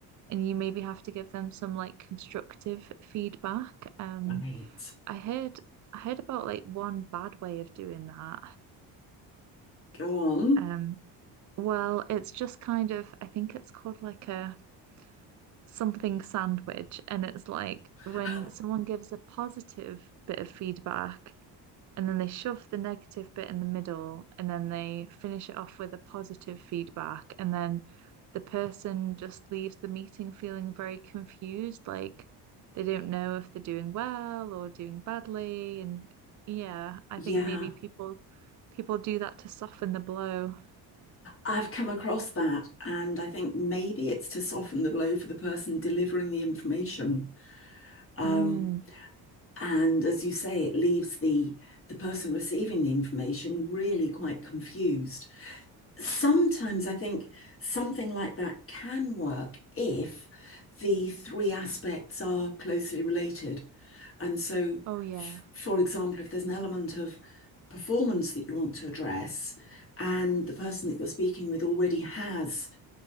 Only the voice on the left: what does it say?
Right.
Go on.
<laughs>
Yeah.
I've come across that, and I think maybe it's to soften the blow for the person delivering the information. Um,
and as you say, it leaves the the person receiving the information really quite confused. Sometimes I think something like that can work if the three aspects are closely related. And so,
f for example, if there's an element of performance that you want to address, and the person that you're speaking with already has